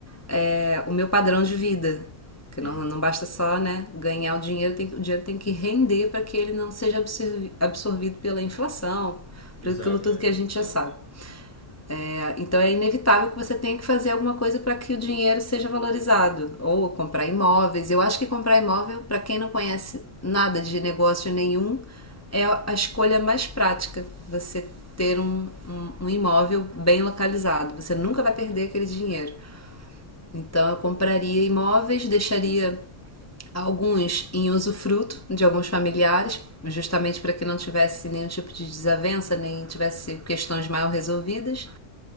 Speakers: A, on the left (about 20°); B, on the right (about 85°).
A: é, o meu padrão de vida. Que
B: Sim.
A: não, não basta só né, ganhar o dinheiro, tem, o dinheiro tem que render para que ele não seja absorvi- absorvido pela inflação,
B: Exato,
A: por aquilo tudo
B: é,
A: que a gente
B: exato.
A: já sabe. É, então é inevitável que você tenha que fazer alguma coisa para que o dinheiro seja valorizado, ou comprar imóveis. Eu acho que comprar imóvel, para quem não conhece nada de negócio nenhum, é a escolha mais prática. Você ter um, um, um imóvel bem localizado, você nunca vai perder aquele dinheiro. Então eu compraria imóveis, deixaria alguns em usufruto de alguns familiares, justamente para que não tivesse nenhum tipo de desavença, nem tivesse questões mal resolvidas.